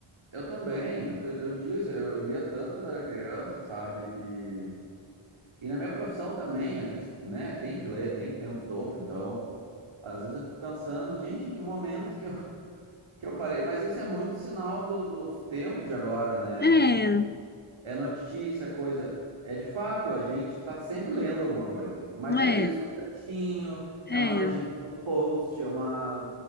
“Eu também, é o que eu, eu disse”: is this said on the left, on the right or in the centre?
Right